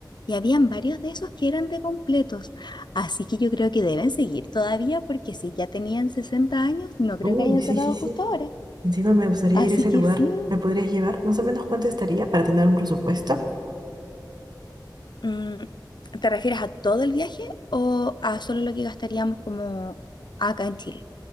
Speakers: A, on the left (about 70°); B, on the right (about 60°).
A: Y habían varios de esos que eran de completos. Así que yo creo que deben seguir todavía porque si ya tenían 60 años, no creo
B: Uy,
A: que hayan
B: sí,
A: cerrado
B: sí, sí.
A: justo ahora.
B: Encima me gustaría
A: Así
B: ir a ese
A: que
B: lugar.
A: sí,
B: ¿Me podrías llevar? Más o menos cuánto estaría para tener un presupuesto.
A: Mm, ¿te refieres a todo el viaje o a solo lo que gastaríamos como acá en Chile?